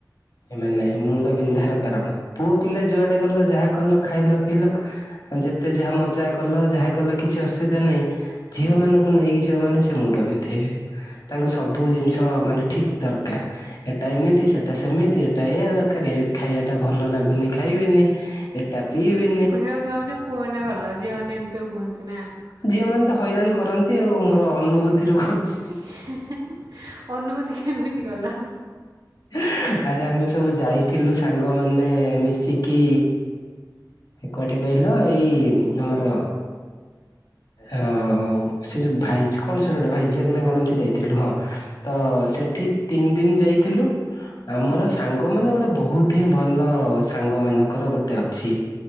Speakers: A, on the left (about 65°); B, on the right (about 70°).
A: ମାନେ ମୁଣ୍ଡ ବିନ୍ଧାର କାରଣ ପୁଅ ପିଲା ଯୁଆଟେ ଗଲ ଯାହା କଲ ଖାଇଲ ଯେତେ ଯାହା ମଜା କଲ ଯାହା କଲ କିଛି ଅସୁବିଧା ନାହିଁ। ଝିଅ
B: ହୁଁ
A: ମାନଙ୍କୁ ନେଇକି ଝିଅ ମାନ ସେ ମୁଣ୍ଡ ପିନ୍ଧେଇବେ। ତାଙ୍କୁ ସବୁ ଜିନିଷ ମାନେ ଠିକ ଦରକାର ଏଟା ଏମିତି ସେଟା ସେମିତି ଏଟା ଏଇ ଦରକାର ଖାଇବାଟା ଭଲ ଲାଗୁନି ଖାଇବେନି ଏଟା ପିଇବେ
B: ଛଛ ପୁଅ ମାନ ଭଲ ଝିଅ ମମାନେ ଏମି ସବୁ କୁହନ୍ତି ନା।
A: ଝିଅ ମାନେ ତ ହଇରାଣ କରନ୍ତି। ଆଉ ମୋର ଅନୁଭୂତି ରୁ କହୁଛି।
B: ହେ ହେ ହେ ଅନୁଭୂତି କେମିତି ଗଲା?
A: <unintelligible> ଆରେ ଆମେ ସବୁ ଯାଇଥିଲୁ ସାଙ୍ଗମାନେ ମିଶିକି କୁଆଡେ କହିଲ ଏଇ ଆମର। ହ ସେ ଯୋଉ ଭାଇଚ କ'ଣ ସେଟା ଗୋଟେ ଭାଇଯାକ ନା କ'ଣ ଏତି ଯାଇ ଥିଲୁ ହଁ ତ ସେଠି ତିନି ଦିନ ଯାଇଥିଲୁ।
B: ହୁଁ
A: ଆମର ସାଙ୍ଗ ଗୋ ମାନେ ଗୋଟେ ବହୁତ ହିଁ ଭଲ ସାଙ୍ଗ ମାନଙ୍କର ଗୋଟେ ଅଛି।